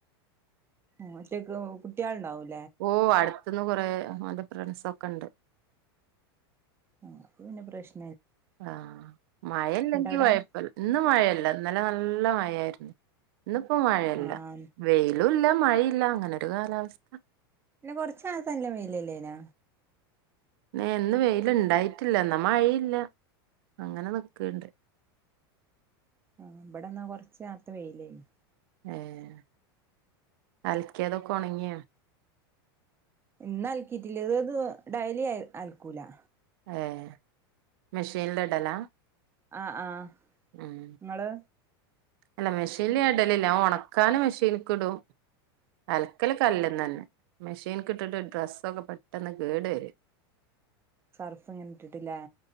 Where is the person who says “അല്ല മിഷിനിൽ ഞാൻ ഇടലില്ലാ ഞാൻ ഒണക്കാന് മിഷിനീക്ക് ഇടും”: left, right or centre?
Right